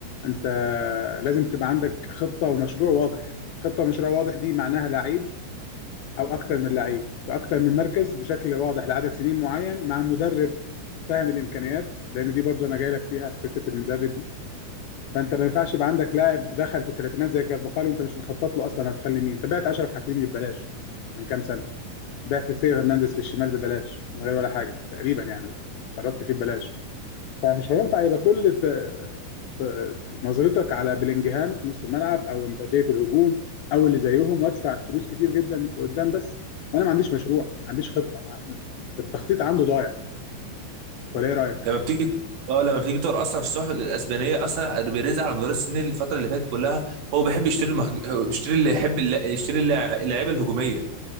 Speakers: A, on the left; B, on the right.
A: انت لازم تبقى عندك خطة ومشروع واضح خطة ومشروع واضح دي معناها لعيب او اكتر من لعيب في اكتر من مركز بشكل واضح لعدد سنين معين مع مدرب فاهم الامكانيات لان دي برضو انا جاي لك فيها فكره المدرب دي فانت ما ينفعش يبقى عندك لاعب دخل في الثلاثينات زي كارفاخال وانت مش مخطط له اصلا هتخلي مين انت بعت اشرف حكيمي ببلاش من كام سنه بعت ثيو هرنانديز في الشمال ببلاش من غير ولا حاجه تقريبا يعني قرضت فيه ببلاش فمش هينفع يبقى كل ت... ت- نظرتك على بلينجهام في نص الملعب او امبابيه في الهجوم او اللي زيهم وادفع فلوس كتير جدا في قدام بس وانا ما عنديش مشروع ما عنديش خطه ما- التخطيط عنده ضايع ولا ايه رايك؟
B: لما بتيجي اه لما بتيجي تقرا اصلا في الصحف الاسبانيه اصلا بيريز على مدار السنين الفتره اللي فاتت كلها هو بيحب يشتري المهج... هو بيشتري اللي يحب الل- يشتري اللع- اللعيبه الهجوميه